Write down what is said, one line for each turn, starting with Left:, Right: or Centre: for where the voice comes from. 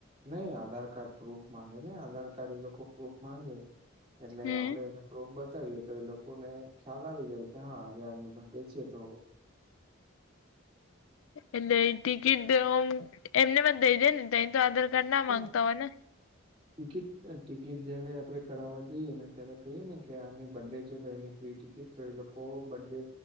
Right: નઈ આધાર કાર્ડ પ્રૂફ માંગે નહી આધાર કાર્ડ એ લોકો પ્રૂફ માંગે એટલે
Left: હમ
Right: આપડે એને રોપ બતાવીએ તો એ લોકોને ખ્યાલ આવી જાય કે હા આજે આની બર્ડે છે તો
Left: એટલે ટિકિટ એમને મ દઈ દે ને ત તો આધાર કાર્ડ ના
Right: હા
Left: માંગતા હોય ને.
Right: <inaudible> ટિકિટ ટિકિટ જયારે આપડે કરાવવા જઈએ ને ત્યારે કહીયએ ને કે આની બર્ડે છે તો એની ફ્રી ટિકિટ તો એ લોકો બર્ ડે